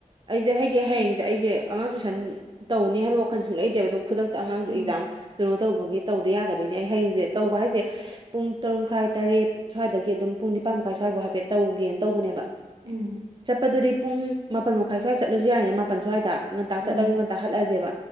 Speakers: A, on the right; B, on the right.
A: ꯑꯩꯁꯦ ꯍꯥꯏꯗꯤ ꯍꯌꯦꯡꯁꯦ ꯑꯩꯁꯦ ꯑꯉꯥꯡ ꯇꯨꯏꯁꯟ ꯇꯧꯅꯤ ꯍꯥꯏꯕ ꯋꯥꯈꯟ ꯁꯨꯡꯛ ꯂꯩꯇꯦꯕ ꯑꯗꯣ ꯈꯨꯗꯛꯇ ꯑꯉꯥꯡꯗꯨ
B: ꯎꯝ
A: ꯑꯦꯛꯖꯥꯝ ꯀꯩꯅꯣ ꯇꯧꯕꯒꯤ ꯇꯧꯗꯦ ꯌꯥꯗꯕꯩꯅꯦ ꯑꯩ ꯍꯌꯦꯡꯁꯦ ꯇꯧꯕ ꯍꯥꯏꯁꯦ ꯄꯨꯡ ꯇꯔꯨ ꯃꯈꯥꯏ ꯇꯔꯦꯠ ꯁ꯭ꯋꯥꯏꯗꯒꯤ ꯑꯗꯨꯝ ꯄꯨꯡ ꯅꯤꯄꯥꯟ ꯃꯈꯥꯏ ꯁ꯭ꯋꯥꯏꯐꯥꯎ ꯍꯥꯏꯐꯦꯠ ꯇꯧꯒꯦꯅ ꯇꯧꯕꯅꯦꯕ
B: ꯎꯝ
A: ꯆꯠꯄꯗꯨꯗꯤ ꯄꯨꯡ ꯃꯥꯄꯟ ꯃꯈꯥꯏ ꯁ꯭ꯋꯥꯏꯗ ꯆꯠꯂꯁꯨ ꯌꯥꯏꯅꯦ ꯃꯥꯄꯟ ꯁ꯭ꯋꯥꯏꯗ ꯉꯟꯇꯥ
B: ꯎꯝ
A: ꯆꯠꯂꯒ ꯉꯟꯇꯥ ꯍꯜꯂꯛꯁꯦꯕ